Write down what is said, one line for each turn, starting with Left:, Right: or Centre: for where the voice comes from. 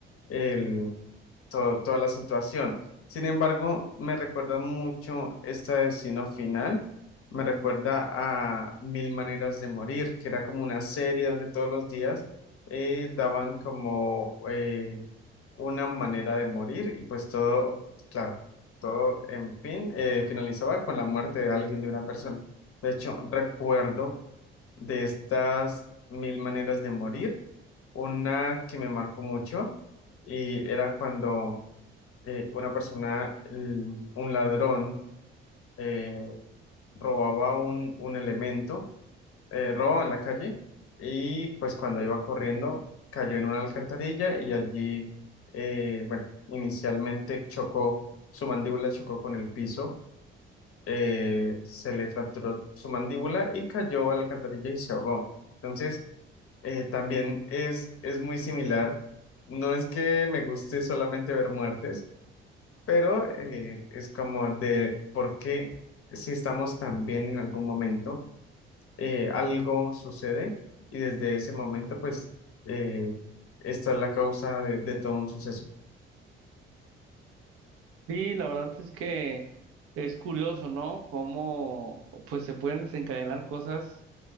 Left: el, todo- toda la situación. Sin embargo, me recuerda mucho este destino final. Me recuerda a Mil Maneras de Morir, que era como una serie donde todos los días eh, daban como eh, una manera de morir y pues todo, claro, todo en fin, eh, finalizaba con la muerte de alguien, de una persona. De hecho, recuerdo de estas mil maneras de morir, una que me marcó mucho y era cuando eh, una persona, el- un ladrón, eh, robaba un, un elemento, eh, robaba en la calle y pues cuando iba corriendo cayó en una alcantarilla y allí, eh, bueno, inicialmente chocó, su mandíbula chocó con el piso eh, se le fracturó su mandíbula y cayó a la alcantarilla y se ahogó. Entonces, eh, también es, es muy similar. No es que me guste solamente ver muertes, pero eh, es como de por qué si estamos tan bien en algún momento, eh, algo sucede y desde ese momento, pues, eh, esta es la causa de de todo un suceso.
Right: Sí, la verdad es que es curioso, ¿no? Cómo pues se pueden desencadenar cosas